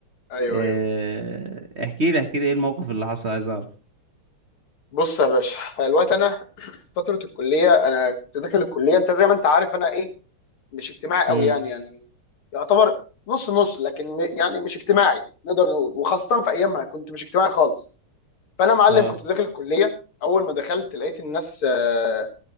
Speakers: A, on the left; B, on the right.
A: ايوه
B: آه،
A: ايوه
B: احكي لي احكي لي ايه الموقف اللي حصل عايز اعرف
A: بص يا باشا الوقت انا <clears throat> فتره الكليه انا كنت داخل الكليه انت زي ما انت عارف انا ايه مش اجتماعي قوي
B: امم
A: يعني يعني يعتبر نص نص لكن يعني مش اجتماعي نقدر نقول وخاصه في ايامها كنت مش اجتماعي خالص فانا معلم
B: اه
A: كنت داخل الكليه اول ما دخلت لقيت الناس آه،